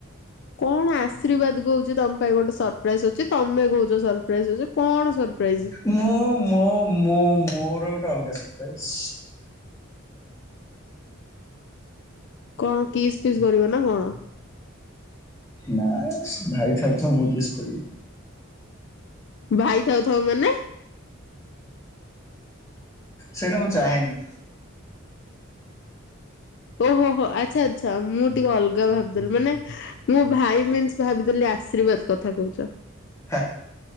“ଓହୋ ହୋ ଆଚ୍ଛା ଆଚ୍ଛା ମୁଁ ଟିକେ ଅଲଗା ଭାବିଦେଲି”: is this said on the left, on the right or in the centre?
Left